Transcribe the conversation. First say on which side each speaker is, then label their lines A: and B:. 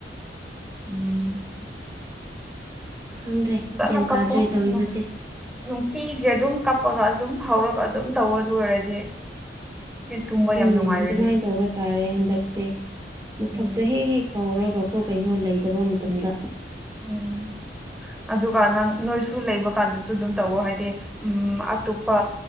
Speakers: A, in the centre; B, on the right (about 20°).
A: ꯎꯝ꯫
B: ꯈꯪꯗ꯭ꯔꯦ
A: ꯐꯖꯅ
B: ꯒ꯭ꯌꯥꯟ
A: ꯀꯞꯄꯣ
B: ꯇꯥꯗ꯭ꯔꯦ ꯇꯧꯔꯤꯕꯁꯦ꯫
A: ꯅ ꯅꯨꯡꯇꯤꯒꯤ ꯑꯗꯨꯝ ꯀꯞꯄꯒ ꯑꯗꯨꯝ ꯍꯧꯔꯒ ꯑꯗꯨꯝ ꯇꯧꯕ ꯑꯗꯨ ꯑꯣꯏꯔꯗꯤ꯫ ꯇꯨꯝꯕ ꯌꯥꯝ
B: ꯎꯝ
A: ꯅꯨꯡꯉꯥꯏꯔꯅꯤ
B: ꯑꯗꯨꯃꯥꯏꯅ ꯇꯧꯕ ꯇꯥꯔꯦ ꯍꯟꯗꯛꯁꯦ ꯃꯊꯛꯇ
A: ꯎꯝ
B: ꯍꯦꯛ ꯍꯦꯛ꯫ ꯐꯥꯎꯔꯒ ꯀꯣ ꯀꯩꯅꯣ ꯂꯩꯇꯕ ꯃꯇꯝꯗ꯫
A: ꯎꯝ꯫ ꯑꯗꯨꯒ ꯅꯪ ꯅꯣꯏꯁꯨ ꯂꯩꯕ ꯀꯥꯟꯗꯁꯨ ꯑꯗꯨꯝ ꯇꯧꯋ ꯍꯥꯏꯗꯤ ꯎꯝ ꯑꯇꯣꯞꯄ꯫